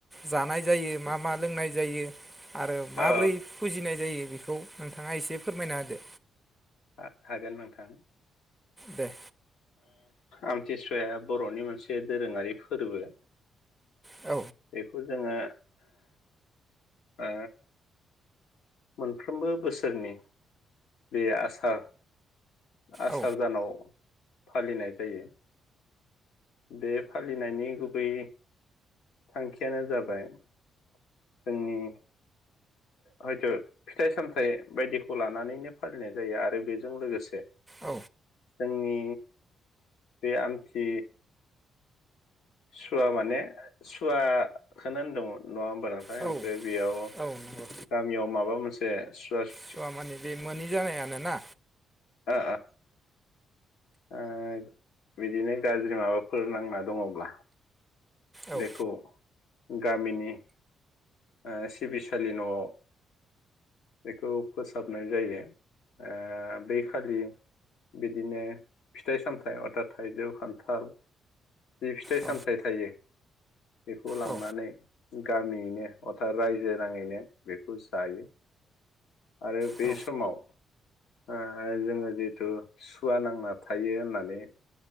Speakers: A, in the centre; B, on the left.
A: जानाय जायो मा मा लोंनाय जायो आरो माबोरै
B: औ
A: फुजिनाय जायो बेखौ नोंथाङा एसे फोरमायना होदो।
B: हा-हागोन नोंथां।
A: दे
B: आमथिसुवाया बर'नि मोनसे दोरोंङारि फोरबो।
A: औ
B: बेखौ जोंङो ओ मोनफ्रोमबो बोसोरनि बे आसार आसार
A: औ
B: दानाव फालिनाय जायो बे फालिनायनि गुबै थांखियानो जाबाय जोंनि हयथ फिथाइ सामथाइ बायदिखौ लानानैनो फालिनाय जायो आरो बेजों लोगोसे
A: औ
B: जोंनि बे आमथि सुवा माने सुवाखोनो होनदों नङा
A: औ
B: <unintelligible> ओमफ्राय बेयाव
A: औ नंगौ
B: गामियाव माबा मोनसे सुवास
A: सुवा मानि बे मोनि जानायानोना?
B: ओ ओ बिदिनो गाज्रि माबाफोर नांना दङब्ला
A: औ
B: बेखौ गामिनि नि ओ सिबिसालि न'आव बेखौ फोसाबनाय जायो ओ बै खालि बिदिनो फिथाइ सामथाइ अर्थात थाइजौ खान्थाल जि फिथाइ
A: औ
B: सामथाइ थायो। बेखौ लांनानै
A: औ
B: गामियैनो अर्थात रायजो नाङैनो बेखौ जायो आरो बे
A: औ
B: समाव ओ जोङो जिथु सुवा नांना थायो होननानै